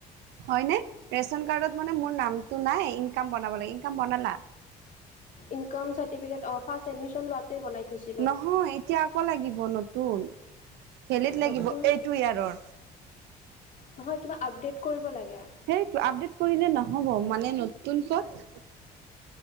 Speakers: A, on the right; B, on the left.
A: হয়নে ৰেচন কাৰ্ডত মানে মোৰ নামটো নাই ইনকাম বনাব লাগে ইনক বনালা?
B: ইনকম চাৰ্টিফিকেট অ ফাৰ্ষ্ট এডমিশ্যন লোৱাতে বনাই থইছো।
A: নহয় এতিয়া আকৌ লাগিব নতুন ভেলিড লাগিব
B: নতুন
A: এইটো ইয়াৰৰ
B: নহয় কিবা আপডেট কৰিব লাগে।
A: সেইটো আপডেট কৰিলে নহ'ব মানে নতুন পথ-
B: উ